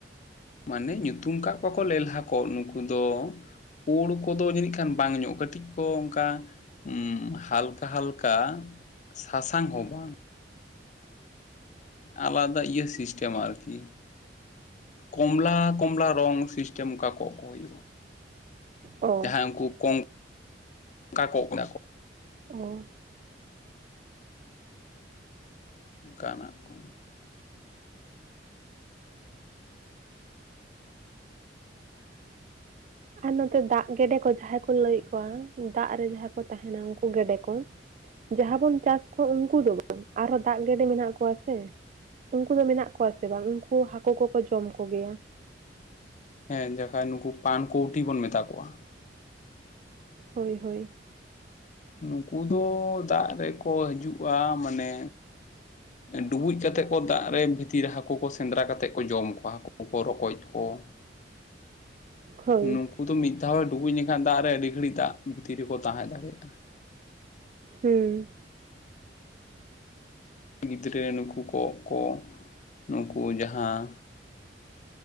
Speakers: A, on the left; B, on the right.
A: ᱢᱟᱱᱮ ᱧᱩᱛᱩᱢ ᱠᱟᱜ ᱠᱚᱣᱟ ᱠᱚ ᱞᱮᱞᱦᱟ ᱠᱚᱸᱜ ᱱᱩᱠᱩ ᱫᱚ ᱯᱩᱲ ᱠᱚᱫᱚ ᱡᱟᱹᱱᱤᱡ ᱠᱷᱟᱱ ᱵᱟᱝ ᱧᱚᱜᱼᱟ ᱠᱟᱹᱴᱤᱡ ᱠᱚ ᱚᱱᱠᱟ ᱦᱩᱸ ᱦᱟᱞᱠᱟ-ᱦᱟᱞᱠᱟ ᱥᱟᱥᱟᱝ ᱦᱚᱸ ᱵᱟᱝ ᱟᱞᱟᱫᱟ ᱤᱭᱟᱹ ᱥᱤᱥᱴᱮᱢ ᱟᱨᱠᱤ ᱠᱚᱢᱞᱟ-ᱠᱚᱢᱞᱟ ᱨᱚᱝ ᱥᱤᱥᱴᱮᱢ ᱚᱠᱟ ᱠᱚᱸᱜ ᱠᱚ ᱦᱩᱭᱩᱜᱼᱟ ᱾
B: ᱚ
A: ᱡᱟᱦᱟᱸᱭ ᱩᱱᱠᱩ ᱠᱚᱜ <unintelligible> ᱠᱚᱜ ᱢᱮᱱᱟᱜ ᱠᱚᱣᱟ
B: ᱚᱻ
A: ᱚᱱᱠᱟᱱᱟᱜ ᱠᱚ
B: ᱟᱨ ᱱᱚᱛᱮ ᱫᱟᱜ ᱜᱮᱰᱮ ᱠᱚ ᱡᱟᱦᱟᱸᱭ ᱠᱚ ᱞᱟᱹᱭᱮᱜ ᱠᱚᱣᱟ ᱫᱟᱜ ᱨᱮ ᱡᱟᱦᱟᱸᱭ ᱠᱚ ᱛᱟᱦᱮᱱᱟ ᱩᱱᱠᱩ ᱜᱮᱰᱮ ᱠᱚ ᱡᱟᱦᱟᱸ ᱵᱚᱱ ᱪᱟᱥ ᱠᱚᱣᱟ ᱩᱱᱠᱩ ᱫᱚ ᱵᱟᱝ ᱟᱨᱦᱚᱸ ᱫᱟᱜ ᱜᱮᱰᱮ ᱢᱮᱱᱟᱜ ᱠᱚᱣᱟ ᱥᱮ ᱩᱱᱠᱩ ᱫᱚ ᱢᱮᱱᱟᱜ ᱠᱚᱣᱟ ᱥᱮ ᱵᱟᱝ ᱩᱱᱠᱩ ᱦᱟᱹᱠᱩ ᱠᱚᱠᱚ ᱡᱚᱢ ᱠᱚ ᱜᱮᱭᱟ ᱾
A: ᱦᱮᱸ ᱡᱩᱦᱟᱱ ᱩᱱᱠᱩ ᱯᱟᱱᱠᱩᱣᱴᱤ ᱵᱚᱱ ᱢᱮᱛᱟ ᱠᱚᱣᱟ ᱾
B: ᱦᱚᱭ ᱦᱚᱭ ᱾
A: ᱱᱩᱠᱩ ᱫᱚ ᱫᱟᱜ ᱨᱮᱠᱚ ᱦᱤᱡᱩᱜᱼᱟ ᱢᱟᱱᱮ ᱰᱩᱵᱩᱡ ᱠᱟᱛᱮ ᱠᱚ ᱫᱟᱜ ᱨᱮ ᱵᱷᱤᱛᱤᱨ ᱨᱮ ᱦᱟᱹᱠᱩ ᱠᱚ ᱥᱮᱸᱫᱽᱨᱟ ᱠᱟᱛᱮ ᱠᱚ ᱡᱚᱢ ᱠᱚᱣᱟ ᱦᱟᱹᱠᱩ ᱠᱚ ᱨᱚᱠᱚᱡ ᱠᱚ ᱾
B: ᱦᱳᱭ
A: ᱱᱩᱠᱩ ᱫᱚ ᱢᱤᱫ ᱫᱷᱟᱣᱮ ᱰᱩᱵᱩᱡ ᱞᱮᱱᱠᱷᱟᱱ ᱫᱟᱜ ᱨᱮ ᱟᱹᱰᱤ ᱜᱷᱟᱹᱲᱤᱡ ᱫᱟᱜ ᱵᱷᱤᱛᱤᱨ ᱨᱮᱠᱚ ᱛᱟᱦᱮᱸ ᱫᱟᱲᱮᱭᱟᱜᱼᱟ ᱾
B: ᱦᱩᱸ
A: ᱜᱤᱫᱽᱨᱟᱹ ᱱᱩᱠᱩ ᱠᱚᱸᱜ ᱠᱚ ᱱᱩᱠᱩ ᱡᱟᱦᱟᱸ